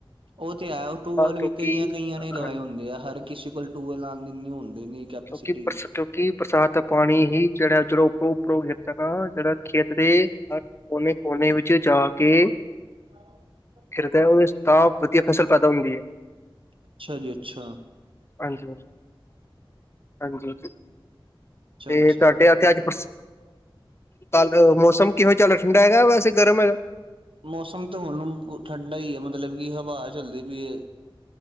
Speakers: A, on the right; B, on the left.
A: ਉਹ ਤੇ ਹੈ। ਟਿਊਬਵੈਲ
B: ਕਿਉਂਕਿ
A: ਵੀ ਕਈਆਂ, ਕਈਆਂ ਨੇ ਲਵਾਏ ਹੁੰਦੇ ਆ। ਹਰ ਕਿਸੇ ਕੋਲ, ਟਊਬਵੈਲ ਲਾਉਣ ਦੇੇ ਇਨੀ ਹੁੰਦੇ ਨੀ। ਕੈਪੈਸਿਟੀ
B: ਕਿਉਂਕਿ, ਬਰਸਾਤ। ਕਿਉਂਕਿ, ਬਰਸਾਤ ਦਾ ਪਾਣੀ ਹੀ। ਜਿਹੜਾ ਜਦੋਂ ਉੱਪਰੋਂ- ਉਪਰੋਂ, ਗਿਰ ਦਾ ਨਾ। ਜਿਹੜਾ ਖੇਤ ਦੇ ਕੋਨੇ, ਕੋਨੇ ਵਿੱਚ, ਜਾ ਕੇ।
A: <inaudible>
B: ਖਿਰਦਾ। ਉਹਦੇ ਵਿੱਚੋਂ ਤਾਂ, ਵਧੀਆ ਫਸਲ ਪੈਦਾ ਹੁੰਦੀ ਹੈ।
A: ਅੱਛਾ ਜੀ ਅੱਛਾ।
B: ਹਾਂਜੀ, ਹਾਂ। ਹਾਂਜੀ।
A: ਅੱਛਾ
B: ਤੇ
A: ਅੱਛਾ
B: ਤੁਹਾਡੇ,
A: ਠੀਕ
B: ਆ ਕੇ ਅੱਜ ਬਰਸਾ ਸ਼ਾਂਤ, ਮੌਸਮ ਕਿਵੇਂ ਚੱਲ ਰਿਹਾ। ਠੰਡਾ ਹੈਗਾ, ਵੈਸੇ ਗਰਮ ਹੈਗਾ।
A: ਮੌਸਮ ਤੇ ਹੁਣ, ਠੰਡਾ ਹੀ ਹੈ। ਮਤਲਬ ਕਿ, ਹਵਾ ਚੱਲਦੀ ਪਈ ਹੈ।